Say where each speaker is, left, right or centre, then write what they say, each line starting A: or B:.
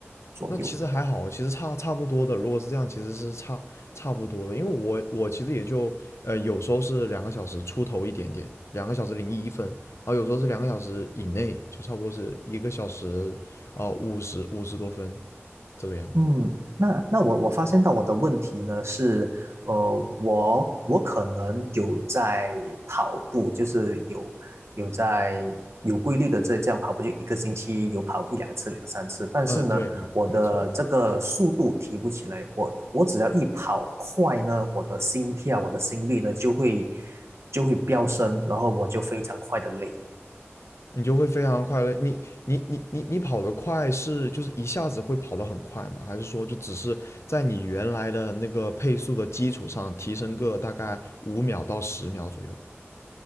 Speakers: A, on the right; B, on the left.
A: 左右。
B: 那其实还好，其实差差不多的。如果是这样，其实是差差不多的，因为我我其实也就呃有时候是两个小时出头一点点，两个小时零一分，然后有时候是两个小时以内，就差不多是一个小时啊五十五十多分这个样子。
A: 嗯，那那我我发现到我的问题呢是，呃，我我可能有在跑步，就是有有在有规律的这这样跑步，就一个星期有跑一两次、两三次，但是呢，
B: 呃，对，没没错。
A: 我的这个速度提不起来，我我只要一跑快呢，我的心跳、我的心率呢就会就会飙升，然后我就非常快的累。
B: 你就会非常快乐。你你你你你跑得快是就是一下子会跑得很快吗？还是说就只是在你原来的那个配速的基础上提升个大概五秒到十秒左右？